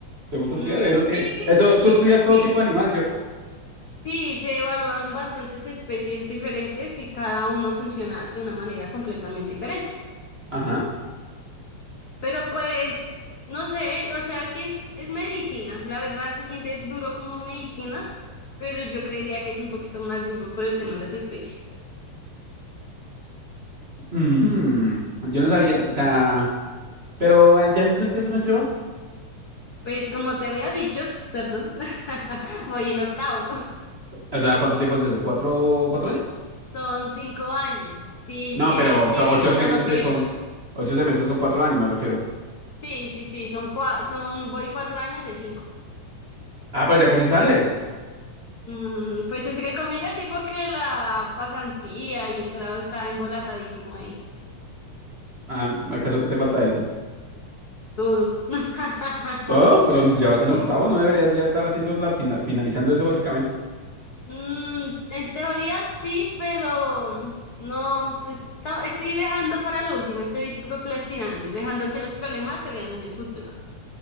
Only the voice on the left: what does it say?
Mm,
sí,
sí,
sí,
sí, se evalúan bastantes especies diferentes y cada uno funciona de una manera completamente diferente.
Pero pues, no sé, o sea, sí es, es medicina. La verdad se siente duro como medicina, pero yo creería que es un poquito más duro por el tema de las especies.
Pues como te había dicho, perdón, <laughs> voy en octavo.
Son cinco años. Si,
si
Dios
quiere
que
uno no pierda.
Sí, sí, sí, son cua- son, voy cuatro años de cinco.
Mm, pues entre comillas, sí, porque la pasantía y el grado está embolatadísimo ahí.
Todo. <laughs>
Sí.
Mm, en teoría sí, pero no, pues está- estoy dejando para lo último, estoy procrastinando y dejando que los problemas se vean en el futuro.